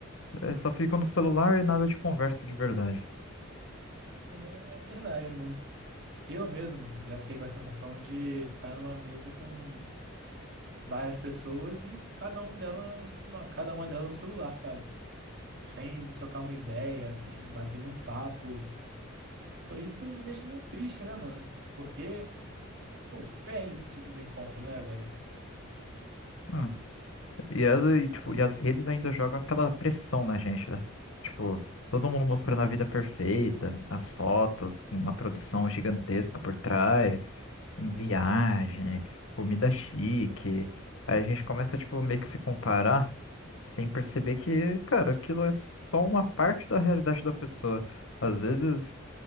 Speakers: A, on the left; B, on the right.
A: É, só ficam no celular e nada de conversa de verdade.
B: É, é verdade, mano. Eu mesmo já fiquei com a sensação de estar numa mesa com várias pessoas e cada um delas, uma- cada uma delas no celular, sabe? Sem trocar uma ideia, sem bater nenhum papo. Pô, isso me deixa meio triste, né, mano? Porque, pô, perde o sentido do encontro, né, velho?
A: Hum. E as, e, tipo, e as redes ainda jogam aquela pressão na gente, né? Tipo, todo mundo mostrando a vida perfeita, as fotos com uma produção gigantesca por trás, viagem, comida chique. Aí a gente começa, tipo, meio que se comparar sem perceber que, cara, aquilo é só uma parte da realidade da pessoa. Às vezes